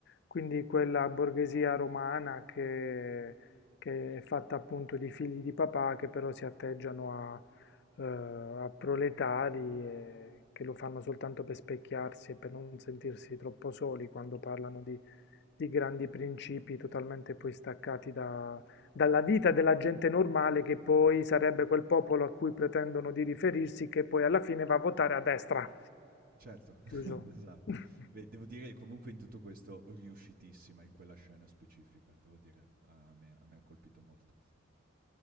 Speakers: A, on the left; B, on the right.
A: quindi quella borghesia romana che, che è fatta appunto di figli di papà che però si atteggiano a, eh, a proletari e che lo fanno soltanto per specchiarsi e per non sentirsi troppo soli quando parlano di di grandi principi totalmente poi staccati da- dalla vita della gente normale, che poi sarebbe quel popolo a cui pretendono di riferirsi, che poi alla fine va a votare a destra.
B: certo, <laughs>
A: Chiuso.
B: esatto.
A: <laughs>
B: Beh, devo dire che comunque in tutto questo riuscitissima in quella scena specifica, devo dire, a me, a me ha colpito molto.